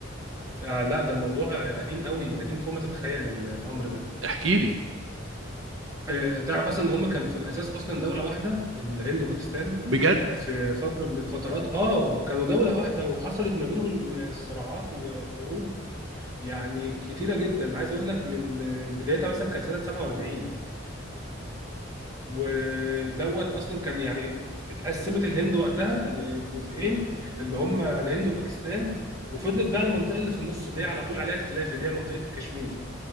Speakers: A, on the right (about 20°); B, on the right (about 75°).
A: آه لا ده الموضوع قديم قوي قديم فوق ما تتخيل ال- الامر ده
B: احكي لي
A: آه تعرف اصلا ان هم كانوا في الاساس اصلا دولة واحدة الهند وباكستان
B: بجد
A: في فترة من الفترات اه كانوا دولة واحدة وحصلت ما بينهم صراعات وحروب يعني كتيرة جدا عايز اقول لك من بدايتها مثلا كان سنة 47 ودوت اصلا كان يعني اتقسمت الهند وقتها لجزئين اللي هم الهند وباكستان وفضلت بقى المنطقه اللي في النص اللي هي على طول عليها الخلاف اللي هي منطقه كشمير